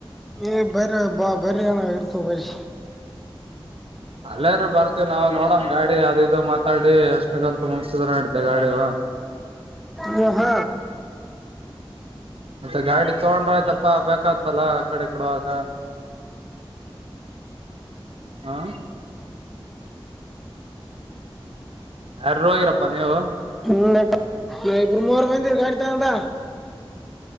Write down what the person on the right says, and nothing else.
ಅಲ್ಲೇರ ಬರ್ತೀ ನಾವು ನೋಡಮ್ ಗಾಡಿ ಅದು ಇದು ಮಾತಾಡಿ ಎಷ್ಟಗಂತ ಮುಗ್ಸಿದ್ರ ಆತ ಗಾಡಿನ.
ಮತ್ತೆ ಗಾಡಿ ತಗೊಂಡ್ರ ಆಯ್ತಪ್ಪಾ ಬೇಕಾತಲ್ಲ ಆಕಡೆ ಈಕಡಿ ಹೋಗಕ. ಹ ಯಾರ್ಯಾರ್ ಹೋಗಿರಪ್ಪಾ ನೀವು.